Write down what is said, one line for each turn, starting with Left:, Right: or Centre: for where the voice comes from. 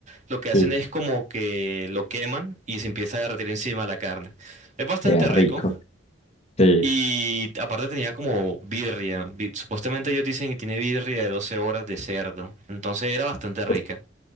Right: Lo que hacen
Left: Sí.
Right: es como que lo queman y se empieza a derretir encima la carne. Es bastante
Left: Qué rico.
Right: rico.
Left: Sí.
Right: Y aparte tenía como birria. bi- Supuestamente ellos dicen que tiene birria de 12 horas de cerdo. Entonces era bastante rica.
Left: Uf,